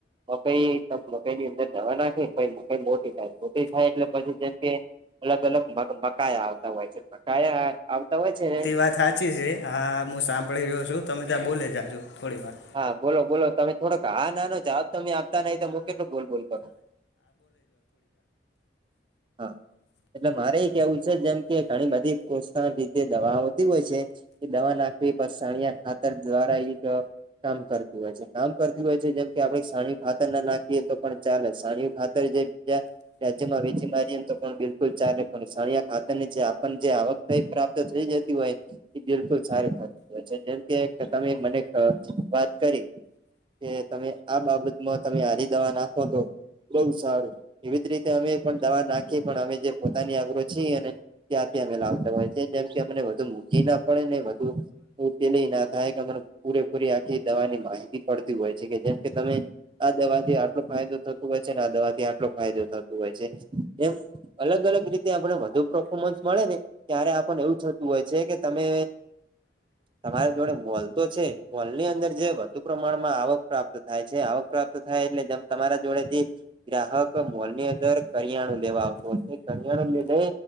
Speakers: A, on the right (about 25°); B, on the left (about 80°).
A: મકાઈ ત મકાઈ ની અંદર દવા નાખે મઈ મોટી ખોટી થાય એટલે પછી જેમ કે અલગ અલગ બકાયા આવતા હોય છે, બકાયા આવતા હોય છે ને
B: વાત સાાચી છે. હા હું સાંભળી રહ્યો છું તમે ત્યાં બોલે જાજો થોડી વાર.
A: હા બોલો બોલો તમે થોડોક આ નાનો જવાબ તમે આપતા નઈ તોમે કેટલો બોલબોલ કરો. હા એટલે મારે એ કેવું છે જેમ કે ઘણી બધી પો રીતે દવાઓ હોય છે કે દવા નાખવી પણિયા ખાતર દ્વારા એક કામ કરતી હોય છે. કામ કરતી હોય છે જેમ કે આપડે છણી ખાતર ના નાખીએ તો પણ ચાલે. સાણીયુ ખાતર જે કે રાજ્યમાં વેચી મારીએ તો પણ બિલકુલ ચાલે. પણ સાનિયા ખાતર ની આપન જે આવે પ્રાપ્ત થઈ જતી હોય એ બિલકુલ સારી થતી હોય છે જેમકે તમે મને વાત કરી. કે તમે આ બાબતમાં તમે હારી દવા નાખો તો બઉ સારું. એવી જ રીતે અમે પણ દવા નાખી પણ અમે જે પોતાની આગ્ર છીએ અને ત્યાંથી અમે લાવતા હોય છે. જેમ કે અમને વધુ મૂકી ના પડે ને વધુ ઉકેલી ના થાય કે અ પૂરેપૂરી આખી દવાની માહિતી પડતી હોય છે કે જેમ કે તમે આ દવાથી આટલો ફાયદો થ તુ હોય છે ને આ દવાથી આટલો ફાયદો થતો હોય છે. એમ અલગ અલગ રીતે આપને વધુ પરફોર્મન્સ મળે ને ત્યારે આપણ એવું થતું હોય છે કે તમે તમારી જોડે બલતો છે વલની અંદર જે વધુ પ્રમાણમાં આવક પ્રાપ્ત થાય છે, આવક પ્રાપ્ત થાય એટલે જેમ તમારા જોડે જે ગ્રાહકો મોલ ની અંદર કરિયાણું લેવા આવતા હોય છે. કરિયાણું લઈ બવ